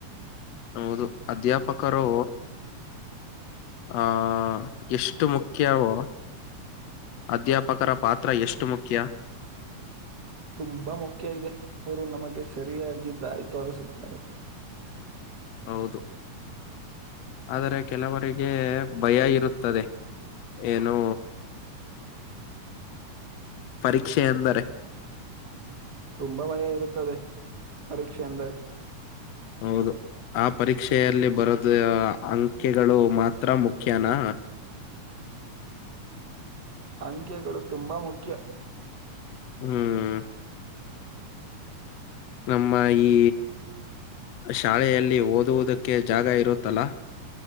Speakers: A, on the left (about 65°); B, on the right (about 35°).
A: ಹೌದು ಅಧ್ಯಾಪಕರು. ಆಹ ಎಷ್ಟು ಮುಖ್ಯವೋ. ಅಧ್ಯಾಪಕರ ಪಾತ್ರ ಎಷ್ಟು ಮುಖ್ಯ.
B: ತುಂಬಾ ಮುಖ್ಯ ಇದೆ ಅವರು ನಮಗೆ ಸರಿಯಾಗಿಿದ್ದಾಯ. ತೋರಿಸುತ್ತಾರೆ.
A: ಹೌದು ಆದರೆ ಕೆಲವರಿಗೆ ಭಯ ಇರುತ್ತದೆ. ಏನು. ಪರೀಕ್ಷೆ ಎಂದರೆ.
B: ತುಂಬಾ ಭಯ ಇರುತ್ತದೆ ಪರೀಕ್ಷೆ ಅಂದರೆ
A: ಹೌದು ಆ ಪರೀಕ್ಷೆಯಲ್ಲಿ ಬರದ ಅಂಕೆಗಳು ಮಾತ್ರ ಮುಖ್ಯನಾ.
B: ಅಂಕೆಗಳು ತುಂಬಾ ಮುಖ್ಯ.
A: ಹ್ಮ್. ನಮ್ಮ ಈ. ಶಾಲೆಯಲ್ಲಿ ಓದುವುದಕ್ಕೆ ಜಾಗ ಇರುತ್ತಲ್ಲಾ.